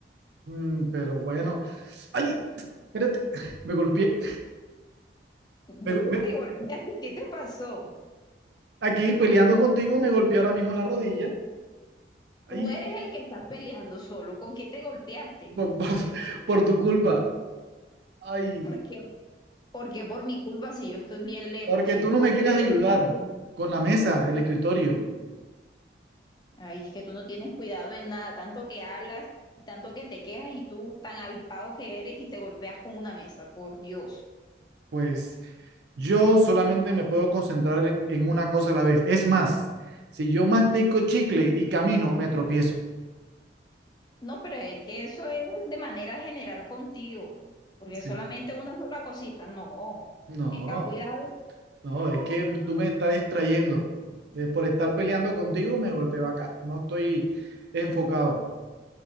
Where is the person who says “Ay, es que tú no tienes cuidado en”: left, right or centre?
Left